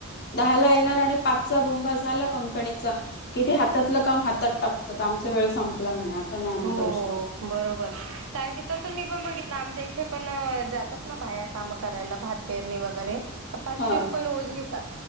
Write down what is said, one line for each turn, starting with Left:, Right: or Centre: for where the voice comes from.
Left: दहाला येणार पाच चा भोंगा झाला कंपनीचा की ते हातातले काम हात टाकत आमचा वेळ संपला म्हणे आता नाही आम्ही
Right: हो
Left: करू शकत.
Right: बरोबर कारण की तसच मी पण बघितलं आम इथे पण जातात ना बाया् काम करायला भात पेरणी वगैरे पाचशे
Left: हा
Right: रुपये रोज घेतात,